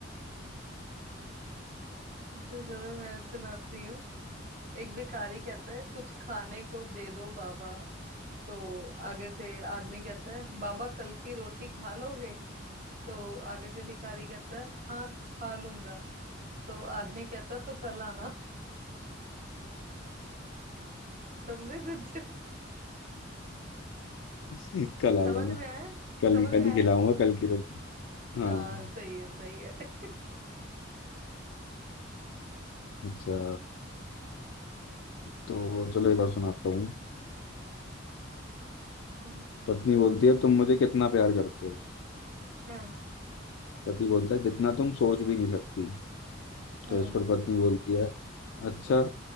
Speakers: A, on the right (about 40°); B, on the left (about 80°).
A: तो चलो मैं सुनाती हूँ एक भिखारी कहता है कुछ खाने को दे दो बाबा तो आगे से आदमी कहता है बाबा कल की रोटी खा लोगे तो आगे से भिखारी कहता है हाँ खा लूंगा तो आदमी कहता है, तो कल आना समझे कुछ
B: <laughs> कल
A: समझ
B: आ जाना
A: में आया
B: कल
A: समझ
B: ही कल
A: में आया
B: ही खिलाऊंगा कल की रोटी हाँ
A: हाँ सही है सही है <laughs>
B: अच्छा तो चलो एक और सुनाता हूँ
A: हम्म
B: पत्नी बोलती है तुम मुझे कितना प्यार करते हो
A: हाँ
B: पति बोलता है जितना तुम सोच भी नहीं सकती
A: हम्म
B: तो इस पर पत्नी बोलती है अच्छा